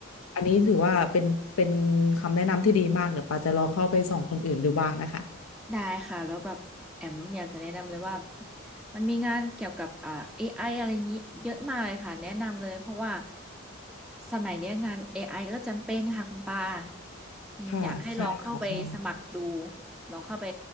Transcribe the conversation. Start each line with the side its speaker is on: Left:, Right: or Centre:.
Left: อันนี้ถือว่าเป็นเป็นคำแนะนำที่ดีมากเดี๋ยวปาจะลองเข้าไปส่องคนอื่นดูบ้างนะคะ
Centre: ได้ค่ะแล้วแบบแอมอยากจะแนะนำเลยว่ามันมีงานเกี่ยวกับอ่า AI อไออะไรอย่างนี้เยอะมากเลยค่ะแนะนำเลยเพราะว่าสมัยเนี้ยงาน AI ก็จำเป็นค่ะคุณปาอืมอยากให้ลองเข้าไปสมัครดู
Left: ค่ะใช่ค่ะใช่
Centre: ลองเข้าไป